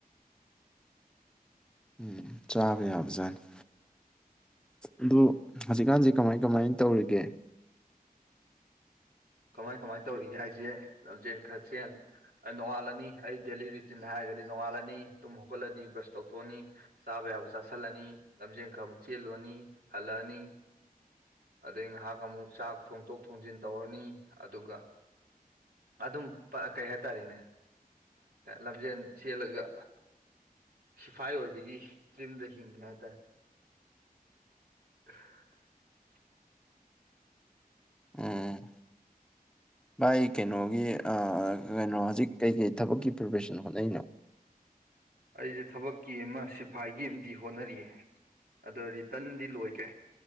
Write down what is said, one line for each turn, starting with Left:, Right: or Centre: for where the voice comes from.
Centre: ꯎꯝ ꯆꯥꯕ ꯌꯥꯕꯖꯥꯠꯅꯤ ꯑꯗꯨ ꯍꯧꯖꯤꯛꯀꯥꯟꯁꯦ ꯀꯃꯥꯏ ꯀꯃꯥꯏꯅ ꯇꯧꯔꯤꯒꯦ
Right: ꯀꯃꯥꯏ ꯀꯃꯥꯏꯅ ꯇꯧꯔꯤꯒꯦ ꯍꯥꯏꯁꯦ ꯂꯝꯖꯦꯟ ꯈꯔ ꯆꯦꯟ ꯑꯩ ꯅꯣꯡꯉꯥꯜꯂꯅꯤ ꯑꯩ ꯗꯦꯂꯤ ꯔꯨꯇꯤꯟ ꯍꯥꯏꯔꯒꯗꯤ ꯅꯣꯡꯉꯥꯜꯂꯅꯤ ꯇꯨꯝ ꯍꯧꯒꯠꯂꯅꯤ ꯕ꯭ꯔꯁ ꯇꯧꯊꯣꯛꯑꯅꯤ ꯆꯥꯕ ꯌꯥꯕ ꯆꯥꯁꯤꯜꯂꯅꯤ ꯂꯝꯖꯦꯟ ꯈꯔ ꯑꯃꯨꯛ ꯆꯦꯜꯂꯨꯔꯅꯤ ꯍꯜꯂꯛꯑꯅꯤ ꯑꯗꯩ ꯉꯥꯏꯍꯥꯛ ꯑꯃꯨꯛ ꯆꯥꯛ ꯊꯣꯡꯆꯣꯛ ꯊꯣꯡꯖꯤꯟ ꯇꯧꯔꯅꯤ ꯑꯗꯨꯒ ꯑꯗꯨꯝ ꯀꯩ ꯍꯥꯏꯇꯥꯔꯦꯅꯦ ꯂꯝꯖꯦꯜ ꯆꯦꯜꯂꯒ ꯁꯤꯐꯥꯏ ꯑꯣꯏꯕꯒꯤ ꯇ꯭ꯔꯤꯝꯗ ꯍꯤꯡꯉꯦ ꯍꯥꯏꯇꯥꯔꯦ <unintelligible>
Centre: ꯎꯝ ꯚꯥꯏ ꯀꯩꯅꯣꯒꯤ ꯀꯩꯅꯣ ꯍꯧꯖꯤꯛ ꯀꯩꯀꯩ ꯊꯕꯛꯀꯤ ꯄ꯭ꯔꯤꯄꯔꯦꯁꯟ ꯍꯣꯠꯅꯩꯅꯣ
Right: ꯑꯩꯁꯦ ꯊꯕꯛꯀꯤ ꯑꯃ ꯁꯤꯐꯥꯏꯒꯤ ꯑꯃꯗꯤꯗꯤ ꯍꯣꯠꯅꯔꯤꯌꯦ ꯑꯗꯣ ꯔꯤꯇꯟꯗꯤ ꯂꯣꯏꯈ꯭ꯔꯦ